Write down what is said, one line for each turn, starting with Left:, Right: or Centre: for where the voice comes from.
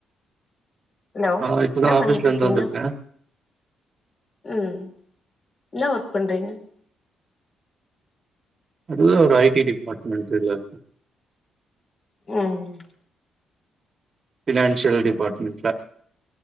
Left: ஹலோ
Right: ஆ இப்பதா
Left: என்ன பண்ணிட்ருக்கீங்க
Right: ஆபீஸ்ல இருந்து வந்திருக்கே
Left: உம் என்ன ஒர்க் பண்றீங்க
Right: அது ஒரு ஐ டி டிபார்ட்மெண்ட்டுல
Left: உம்
Right: ஃபினான்ஷியல் டிபார்ட்மெண்ட்ல